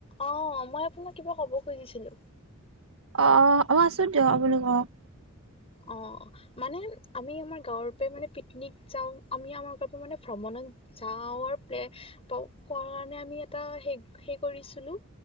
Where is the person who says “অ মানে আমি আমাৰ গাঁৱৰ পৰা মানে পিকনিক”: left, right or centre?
Left